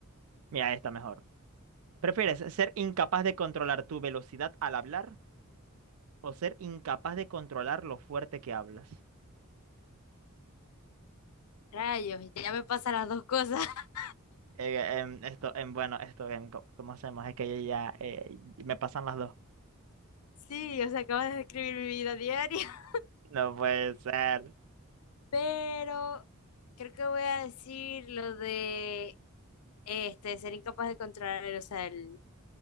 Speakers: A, on the right (about 75°); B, on the left (about 85°).
A: Mira, esta mejor. ¿Prefieres ser incapaz de controlar tu velocidad al hablar o ser incapaz de controlar lo fuerte que hablas?
B: Rayos, ya me pasan las dos cosas. <laughs>
A: Eh, em, esto, em, bueno, esto, em, co- ¿cómo hacemos? Es que yo ya eh, me pasan las dos. <laughs>
B: Sí, o sea, acabas de describir mi vida diaria.
A: No puede ser.
B: pero creo que voy a decir lo de este, ser incapaz de controlar, o sea, el,